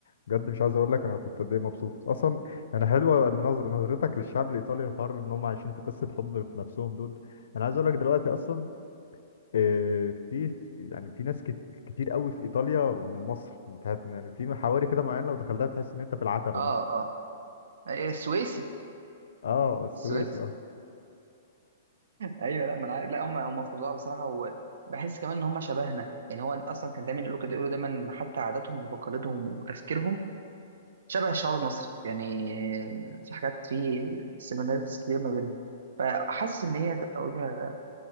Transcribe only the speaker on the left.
بجد مش عايز اقول لك انا كنت قد ايه مبسوط اصلا يعني حلوه النظر نظرتك للشعب الايطالي الحر ان هم عايشين في قصه حب في نفسهم دول انا عايز اقول لك دلوقتي اصلا آه، في يعني في ناس كت- كتير قوي في ايطاليا من مصر انت هت- يعني في حواري كده معينه لو دخلتها تحس ان انت في العتبه
مثلا
اه السويسي
اه